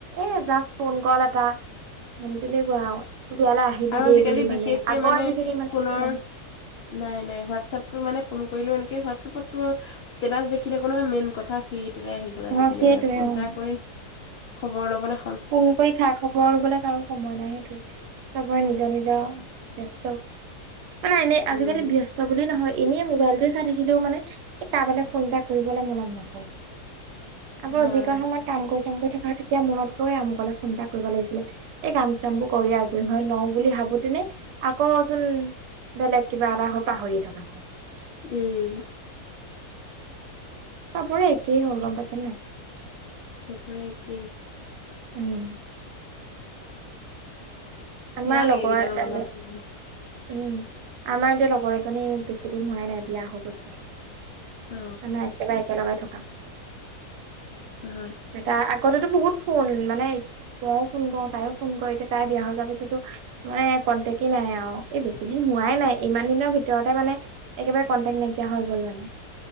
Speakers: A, on the right; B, on the left.
A: এ জাষ্ট ফোন কল এটা। উম তেনেকুৱা আৰু তোৰ বিয়ালৈ আহিবি
B: আৰু
A: দেই
B: আজিকালি
A: বুলি
B: বিশেষকে
A: মানে আগৰ
B: মানে
A: যিখিনি মানে
B: ফোনৰ
A: সেইটো নাই।
B: নাই নাই হোৱাটছএপটো মানে ফোন কৰিলেও এনেকে হোৱাটছএপততো ষ্টেটাচ দেখি থাকো নহয় মেইন কথা সেইটোলে আহি গ'ল
A: অ',
B: আজিকালি
A: সেইটোৱে
B: মানে ফোন
A: অ',
B: এটা কৰি খবৰ ল'বলে
A: ফোন কৰি থাক। খবৰ লবলে কাৰো সময় নাই সেইটোয়ে চবৰে নিজৰ - নিজৰ ব্যস্ত। মানে এনেই আজিকালি
B: উম
A: ব্যস্ত বুলি নহয় এনেই মোবাইলটোৱে চাই থাকিলেও মানে এই কাৰবালে ফোন এটা কৰিবলৈ মনত নপৰে। আকৌ
B: হয়
A: যিকন
B: হয়
A: সময়ত কাম কৰি চাম কৰি থকা হয় তেতিয়া মনত পৰে আমুকলে ফোন এটা কৰিব লাগিছিলে। এই কাম - চামবোৰ কৰি আজৰি হৈ লওঁ বুলি ভাবোতেনে আকৌচোন বেলেগ কিবা এটা হৈ পাহৰি থকা হয়।
B: উম।
A: চবৰে একেই হ'ল গম পাইছা নে নাই?
B: চবৰে একেই।
A: উম। আমাৰ
B: বেয়া লাগে
A: লগৰ
B: কেতিয়াবা
A: এ
B: <unintelligible>
A: উম, আমাৰ এতিয়া লগৰ এজনী বেছি দিন হোৱাই নাই বিয়া হৈ গৈছে।
B: অ
A: আমি একেবাৰে একেলগেই থকা।
B: অ হয়।
A: এ তাই আগতেতো বহুত ফোন মানে মইও ফোন কৰো তাইও ফোন কৰে এতিয়া তাইৰ বিয়া হৈ যোৱাৰ পিছতো মানে কণ্টেকেই নাই আৰু। এই বেছি দিন হোৱাই নাই ইমান দিনৰ ভিতৰতে মানে একেবাৰে কণ্টেক্ট নাইকিয়া হৈ গল মানে।